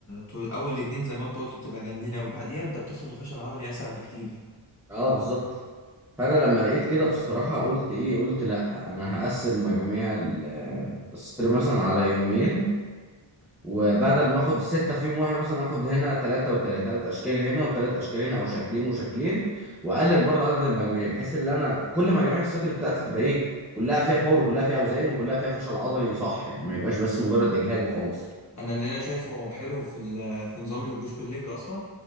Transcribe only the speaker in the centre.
اه بالظبط فانا لما لقيت كده بصراحه قلت ايه قلت لا انا هقسم مجاميع ال- الصيد مثلا على يومين وبدل ما اخد الستة في يوم واحد مثلا اخد هنا ثلاثة وثلاثة ثلاث اشكال هنا وثلاث اشكال هنا او شكلين وشكلين واقلل برضو عدد المجاميع بحيث ان انا كل مجاميع الصدر بتاعتي تبقى ايه كلها فيها باور وكلها فيها اوزان وكلها فيها فشل عضلي صح يعني ما يبقاش بس مجرد اجهاد وخلاص